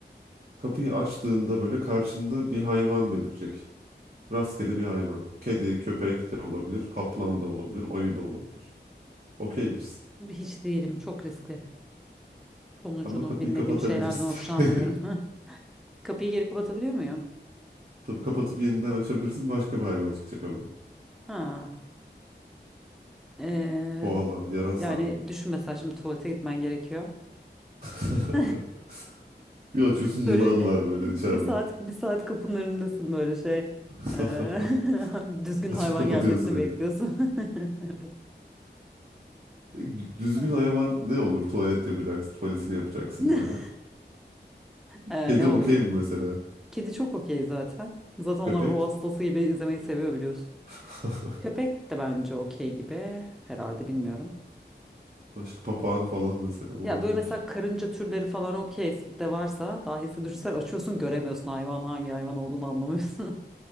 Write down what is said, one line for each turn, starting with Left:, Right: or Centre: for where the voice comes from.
Right: kapıyı açtığında böyle karşında bir hayvan belirecek. Rastgele bir hayvan. Kedi, köpek de olabilir. Kaplan da olabilir. Ayı da olabilir. Okey misin?
Centre: hiç değilim. Çok riskli. Sonucunu
Right: Ama kapıyı
Centre: bilmediğim
Right: kapatabilirsin.
Centre: şeylerden hoşlanmıyorum.
Right: <laughs>
Centre: <laughs> Kapıyı geri kapatabiliyor muyum?
Right: Tabii kapatıp yeniden açabilirsin. Başka bir hayvan çıkacak ama.
Centre: Ha. Ee,
Right: Koala, yarasa.
Centre: yani düşün mesela şimdi tuvalete gitmen gerekiyor.
Right: <laughs>
Centre: <laughs>
Right: Bir açıyorsun
Centre: Böyle
Right: yılan
Centre: bir,
Right: var böyle
Centre: bir
Right: içeride.
Centre: saat bir saat kapının önündesin böyle şey.
Right: <laughs>
Centre: Ee, <laughs> düzgün
Right: Açıp
Centre: hayvan
Right: kapatıyor
Centre: gelmesini
Right: sürekli.
Centre: bekliyorsun. <laughs>
Right: Peki, Düzgün
Centre: Evet.
Right: hayvan ne olur? Tuvalet yapacaksın. Tuvaletini yapacaksın
Centre: <laughs>
Right: böyle.
Centre: Ee,
Right: Kedi
Centre: ne
Right: okey
Centre: olur?
Right: mi mesela?
Centre: Kedi çok okey zaten. Zaten
Right: Köpek?
Centre: onlar ruh hastası gibi izlemeyi seviyor biliyorsun.
Right: <laughs>
Centre: Köpek de bence okey gibi herhalde bilmiyorum.
Right: Başka papağan falan mesela olabilir.
Centre: Ya böyle mesela karınca türleri falan okey de varsa dahisi düşünsel açıyorsun göremiyorsun hayvan hangi hayvan olduğunu anlamıyorsun.